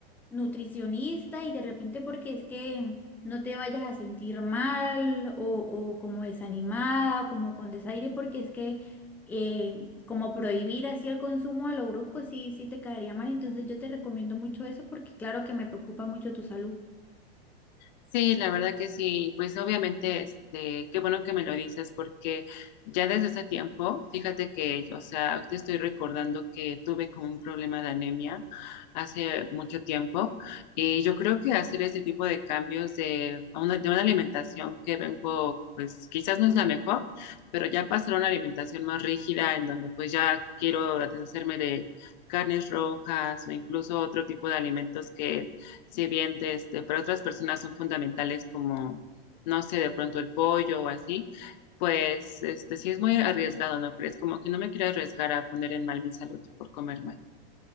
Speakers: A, in the centre; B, on the left.
A: nutricionista y de repente porque es que no te vayas a sentir mal o, o como desanimada, o como con desaire, porque es que eh, como prohibir así el consumo a lo brusco sí, sí te caería mal. Entonces yo te recomiendo mucho eso porque claro que me preocupa mucho tu salud.
B: Sí, la verdad que sí, pues obviamente, este, qué bueno que me lo dices, porque ya desde ese tiempo, fíjate que, o sea, te estoy recordando que tuve como un problema de anemia hace mucho tiempo, y yo creo que hacer este tipo de cambios de a una, de una alimentación que vengo, pues quizás no es la mejor, pero ya pasar a una alimentación más rígida, en donde pues ya quiero deshacerme de carnes rojas o incluso otro tipo de alimentos que si bien de este, para otras personas son fundamentales como, no sé, de pronto el pollo o así, pues este, sí es muy arriesgado, ¿no crees? Como que no me quiero arriesgar a poner en mal mi salud por comer mal.